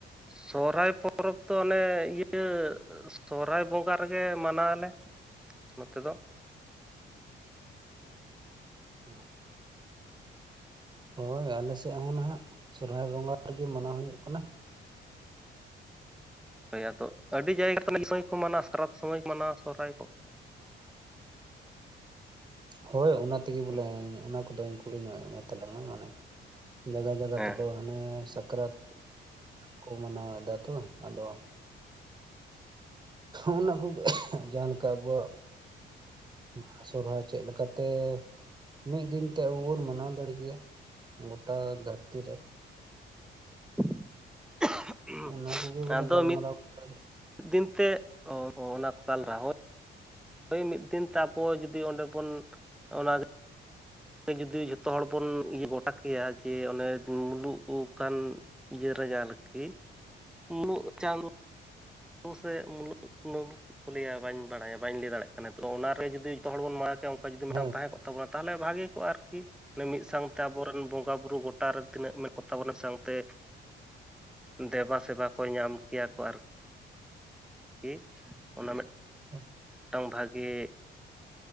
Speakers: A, in the centre; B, on the right.
A: ᱥᱚᱦᱨᱟᱭ ᱯᱚᱨᱚᱵᱽ ᱫᱚ ᱚᱱᱮ ᱤᱭᱟᱹ ᱥᱚᱦᱨᱟᱭ ᱵᱚᱸᱜᱟ ᱨᱮᱜᱮ ᱢᱟᱱᱟᱣᱟᱞᱮ, ᱱᱚᱛᱮ ᱫᱚ᱾
B: ᱦᱚᱸ᱾ ᱦᱳᱭ ᱟᱞᱮ ᱥᱮᱫ ᱦᱚᱸ ᱱᱟᱦᱟᱜ ᱥᱚᱦᱨᱟᱭ ᱵᱚᱸᱜᱟ ᱨᱮᱜᱮ ᱢᱟᱱᱟᱣ ᱦᱩᱭᱩᱜ ᱠᱟᱱᱟ᱾
A: ᱦᱳᱭ ᱟᱫᱚ ᱟᱹᱰᱤ ᱡᱟᱭᱜᱟ <inaudible> ᱥᱚᱢᱚᱭ ᱠᱚ ᱢᱟᱱᱟᱣᱟ ᱥᱟᱠᱨᱟᱛ ᱥᱚᱢᱚᱭ ᱠᱚ ᱢᱟᱱᱟᱣᱟ ᱥᱚᱨᱦᱟᱭ ᱠᱚ᱾
B: ᱦᱳᱭ ᱚᱱᱟ ᱛᱮᱜᱮ ᱵᱚᱞᱮ
A: ᱦᱮᱸ
B: ᱚᱱᱟ ᱠᱚᱫᱚᱧ ᱠᱩᱞᱤ ᱧᱚᱜ ᱮᱫ ᱢᱮ ᱛᱟᱞᱟᱝᱟ ᱢᱟᱱᱮ ᱡᱟᱭᱜᱟ ᱡᱟᱭᱜᱟ
A: ᱦᱮᱸ
B: ᱛᱮᱫᱚ ᱦᱟᱱᱮ ᱥᱟᱠᱨᱟᱛ ᱠᱚ ᱢᱟᱱᱟᱣ ᱮᱫᱟ ᱛᱚ ᱟᱫᱚ ᱚᱱᱟ ᱠᱚᱜᱮ ᱡᱟᱦᱟᱸ ᱞᱮᱠᱟ ᱟᱵᱚᱣᱟᱜ ᱵᱟᱦᱟ ᱥᱚᱨᱦᱟᱭ ᱪᱮᱫ ᱞᱮᱠᱟ ᱛᱮ ᱢᱤᱫ ᱫᱤᱱ ᱛᱮ ᱟᱵᱚ ᱵᱚᱱ ᱢᱟᱱᱟᱣ ᱫᱟᱲᱮᱜ ᱜᱮᱭᱟ ᱜᱚᱴᱟ ᱫᱷᱟᱹᱨᱛᱤ ᱨᱮ᱾
A: <inaudible>
B: ᱚᱱᱟ ᱠᱚᱜᱮ ᱵᱚᱞᱮ
A: ᱟᱫᱚ
B: ᱜᱟᱞᱢᱟᱨᱟᱣ ᱠᱟᱛᱷᱟ ᱜᱮ᱾
A: ᱢᱤᱫ ᱫᱤᱱ ᱛᱮ <inaudible> ᱦᱳᱭ ᱢᱤᱫ ᱫᱤᱱᱱ ᱛᱮ ᱟᱵᱚ ᱡᱩᱫᱤ ᱚᱸᱰᱮ ᱵᱚᱱ ᱚᱱᱟ <inaudible> ᱡᱩᱫᱤ ᱡᱷᱚᱛᱚ ᱦᱚᱲ ᱵᱚᱱ ᱤᱭᱟᱹ ᱜᱚᱴᱟ ᱠᱮᱭᱟ ᱡᱮ ᱚᱱᱮ ᱢᱩᱞᱩᱜ ᱟᱠᱟᱱ ᱤᱭᱟᱹ ᱨᱮᱜᱮ ᱟᱨᱠᱤ, ᱢᱩᱞᱩᱜ ᱪᱟᱸᱫᱚ <inaudible> ᱥᱮ ᱢᱩᱞᱩᱜ ᱠᱩᱱᱟᱹᱢᱤ ᱠᱚ ᱞᱟᱹᱭᱟ ᱵᱟᱹᱧ ᱵᱟᱲᱟᱭᱟ ᱵᱟᱹᱧ ᱞᱟᱹᱭ ᱫᱟᱲᱮᱜ ᱠᱟᱱᱟ ᱛᱚ ᱚᱱᱟᱨᱮ ᱜᱮ ᱡᱩᱫᱤ ᱡᱷᱚᱛᱚ ᱦᱚᱲ ᱵᱚᱱ ᱢᱟᱣᱮᱭᱟ ᱠᱮᱭᱟ ᱚᱱᱠᱟ ᱡᱩᱫᱤ ᱢᱤᱫᱴᱟᱝ
B: ᱦᱳᱭ
A: ᱟᱝ ᱛᱟᱦᱮᱸ ᱠᱚᱜ ᱛᱟᱵᱚᱱᱟ ᱛᱟᱦᱚᱞᱮ ᱵᱷᱟᱹᱜᱮ ᱠᱚᱜᱼᱟ ᱟᱨᱠᱤ᱾ ᱢᱟᱱᱮ ᱢᱤᱫ ᱥᱟᱝᱛᱮ ᱟᱵᱚᱨᱮᱱ ᱵᱚᱸᱜᱟ ᱵᱩᱨᱩ ᱜᱚᱴᱟ ᱨᱮᱱ ᱛᱤᱱᱟᱹᱜ ᱢᱮᱱᱟᱜ ᱠᱚ ᱛᱟᱵᱚᱱᱟ ᱢᱤᱫ ᱥᱟᱝᱛᱮ ᱫᱮᱵᱟ ᱥᱮᱵᱟ ᱠᱚ ᱧᱟᱢ ᱠᱮᱭᱟ ᱠᱚ ᱟᱨ ᱠᱤ ᱚᱱᱟ ᱢᱤᱫ
B: <inaudible>
A: ᱴᱟᱝ ᱵᱷᱟᱜᱮ